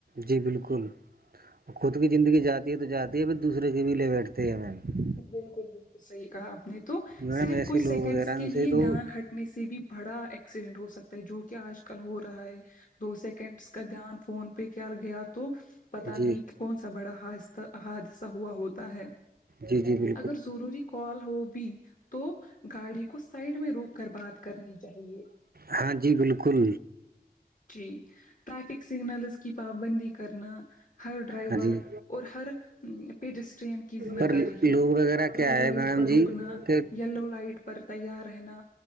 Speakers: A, on the right; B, on the left.
A: جی بالکل خود کی زندگی جاتی ہے تو جاتی ہے بھر دوسرے کے بھی لے بیٹھتے ہیں م
B: بالکل بالکل صحیح کہا آپ نے تو
A: میڈم
B: صرف
A: ایسے
B: کچھ
A: لوگ
B: سیکنڈس
A: وغیرہ
B: کے
A: ان
B: لیے
A: سے تو
B: دان ہٹ نے سے بھی بڑا ایکسیڈنٹ ہو سکتا ہے جو کہ آج کل ہو رہا ہے دو سیکنڈس کا دھیان فون پہ کیا گیا تو پتا
A: جی
B: نہیں کون سا بڑا حادہ حادثہ ہوا ہوتا ہے
A: جی جی جی
B: اگر ضروری کال ہو بھی تو گاڑی کو سائڈ میں روک کر بات کرنی چاہیے
A: ہاں جی بالکل
B: جی ٹریفک سگنلز کی پابندی کرنا ہر ڈرائیور
A: ہاں جی
B: اور ہر پجسٹرین کی ذمہ
A: پر
B: داری ہے
A: لوگ وغیرہ کیا
B: ریڈ
A: ہے
B: لائٹ
A: میڈم
B: پر
A: جی
B: رکنا
A: کہ
B: یلو لائٹ پر تیار رہنا